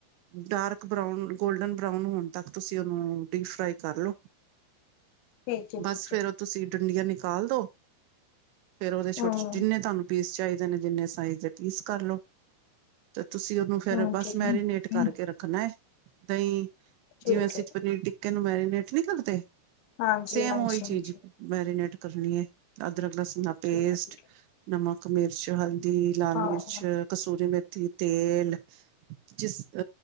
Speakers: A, on the right; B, on the left.
A: ਡਾਰਕ ਬਰਾਊਨ ਗੋਲਡਨ ਬਰਾਊਨ ਹੋਣ ਤੱਕ ਤੁਸੀਂ ਉਹਨੂੰ ਡੀਪ ਫਰਾਈ ਕਰ ਲਓ
B: <inaudible> ਹੈ
A: ਬਸ
B: ਠੀਕ
A: ਫੇਰ
B: ਹੈ
A: ਉਹ ਤੁਸੀਂ ਡੁੰਡੀਆਂ ਨਿਕਾਲ ਦੋ ਫੇਰ ਉਹਦੇ
B: ਹਮ
A: ਛੋਟੇ ਜਿੰਨੇ ਤੁਹਾਨੂੰ ਪੀਸ ਚਾਹੀਦੇ ਨੇ ਜਿੰਨੇ ਸਾਈਜ਼ ਦੇ ਪੀਸ ਕਰ ਲਓ ਤੇ ਤੁਸੀਂ ਨੂੰ ਫਿਰ
B: ਹਮ
A: ਬਸ
B: ਠੀਕ
A: ਮੈਰੀਨੇਟ
B: ਹੈ
A: ਕਰਕੇ ਰੱਖਣਾ ਹੈ ਦਹੀਂ
B: ਠੀਕ
A: ਜਿਵੇਂ ਸੀ
B: ਹੈ
A: ਪਨੀਰ ਟਿੱਕਾ ਇਹਨੂੰ ਮੈਰੀਨੇਟ ਨਹੀਂ ਕਰਦੇ
B: ਹਾਂਜੀ
A: ਸੇਮ
B: ਹਾਂਜੀ
A: ਉਹੀ
B: ਹਾਂਜੀ
A: ਚੀਜ਼ ਮੈਰੀਨੇਟ ਕਰਨੀ ਹੈ ਅਦਰਕ ਲਸਣ ਦਾ ਪੇਸਟ
B: ਠੀਕ ਹੈ ਠੀਕ ਹੈ
A: ਨਮਕ ਮਿਰਚ ਹਲਦੀ ਲਾਲ
B: ਹਾਂ
A: ਮਿਰਚ
B: ਹਾਂ
A: ਕਸੂਰੀ ਮੇਥੀ ਤੇਲ ਜਿਸ